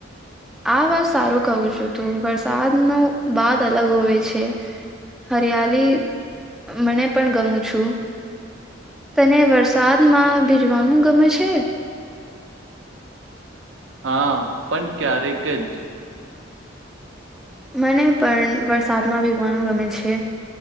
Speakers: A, in the centre; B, on the right.
A: આ વાત સારું કહું છું તું વરસાદ ન બાત અલગ હોવે છે હરિયાળ મને પણ ગમું છું, તને વરસાદમાં ભીજવાનું ગમે છે?
B: હા પણ ક્યારેક જ.
A: મને પણ વરસાદમાં ભીગવાનું ગમે છે.